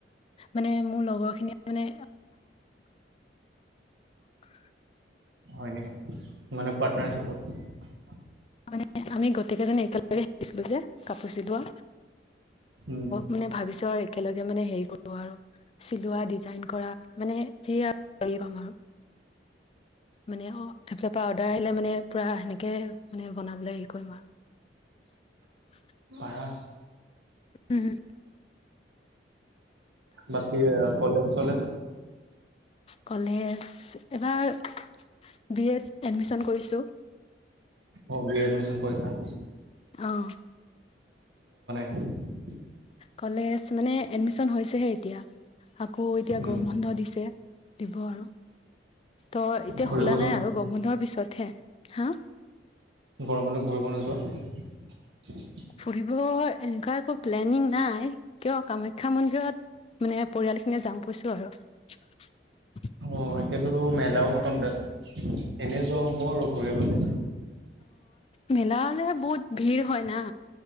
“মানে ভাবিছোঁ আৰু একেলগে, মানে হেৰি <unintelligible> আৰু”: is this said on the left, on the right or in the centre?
Left